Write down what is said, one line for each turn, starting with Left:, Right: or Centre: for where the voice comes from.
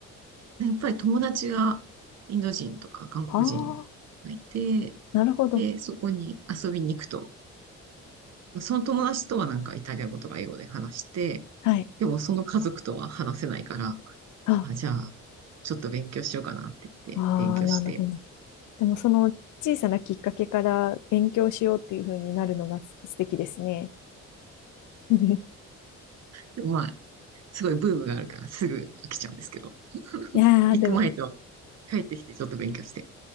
Right: やっぱり友達がインド人とか韓国人
Left: ああ、
Right: がいて、
Left: なるほど。
Right: で、そこに遊びに行くと、その友達とはなんかイタリア語とか英語で話して、
Left: はい。
Right: でもその家族とは話せないから、
Left: あ、
Right: あ、じゃあ、ちょっと勉強しようかなって言って、
Left: ああ、
Right: 勉強して。
Left: なるほど。でもその小さなきっかけから勉強しようっていう風になるのが素敵ですね。<laughs> い
Right: でもまあ、すごいブームがあるからすぐ飽きちゃうんですけど、
Left: やー、
Right: 行く前と
Left: でも
Right: 帰ってきてちょっと勉強して。